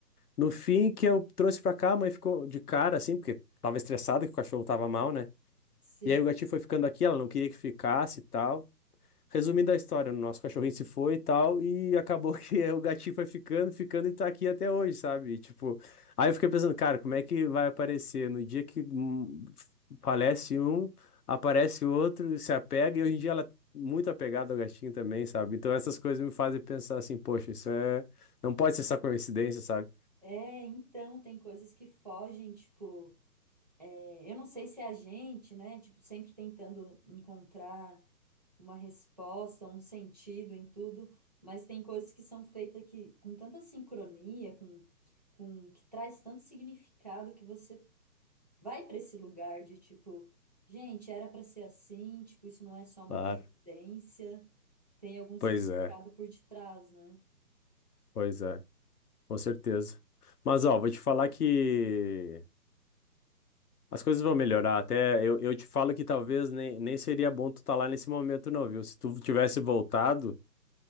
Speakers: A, on the left; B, on the right.
A: No fim, que eu trouxe pra cá, a mãe ficou de cara, assim, porque tava estressada que o cachorro tava mal, né?
B: Sim.
A: E aí o gatinho foi ficando aqui, ela não queria que ficasse e tal. Resumindo a história, o nosso cachorrinho se foi e tal, e acabou <laughs> que o gatinho foi ficando, ficando e tá aqui até hoje, sabe? E, tipo, aí eu fiquei pensando, cara, como é que vai aparecer? No dia que hum, falece um, aparece outro, se apega, e hoje em dia ela é muito apegada ao gatinho também, sabe? Então essas coisas me fazem pensar assim, poxa, isso é. Não pode ser só coincidência, sabe?
B: É, então, tem coisas que fogem, tipo, é, eu não sei se é a gente, né? Tipo, sempre tentando encontrar uma resposta, um sentido em tudo, mas tem coisas que são feitas que, com tanta sincronia, com, com que traz tanto significado que você vai para esse lugar de tipo, gente, era para ser assim, tipo, isso não é só uma
A: claro
B: coincidência, tem algum significado
A: Pois é,
B: por detrás, né?
A: pois é, com certeza. Mas ó, vou te falar que as coisas vão melhorar. Até eu, eu te falo que talvez nem, nem seria bom tu estar lá nesse momento, não, viu? Se tu tivesse voltado,